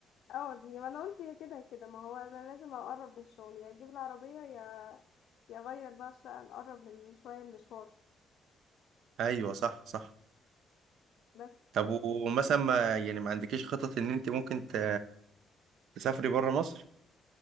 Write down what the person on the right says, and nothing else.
ايوه صح صح
طب ومثلا ما يعني ما عندكيش خطط ان انت ممكن ت- تسافري بره مصر